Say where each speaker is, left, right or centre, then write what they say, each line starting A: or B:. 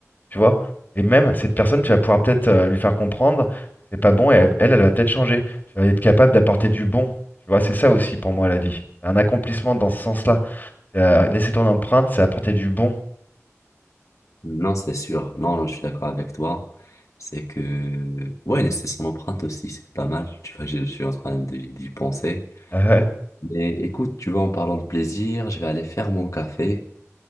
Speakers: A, on the left; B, on the left.
A: tu vois. Et même cette personne, tu vas pouvoir peut-être euh, lui faire comprendre que c'est pas bon et elle, elle elle va peut-être changer. Tu vas être capable d'apporter du bon, tu vois. C'est ça aussi pour moi la vie. C'est un accomplissement dans ce sens-là. C'est, euh, laisser ton empreinte, c'est apporter du bon.
B: Non, c'est sûr. Non, je suis d'accord avec toi. C'est que, ouais, laisser son empreinte aussi, c'est pas mal. Tu vois, je, je suis en train de- d'y penser.
A: <laughs> Ah ouais.
B: Mais écoute, tu vois, en parlant de plaisir, je vais aller faire mon café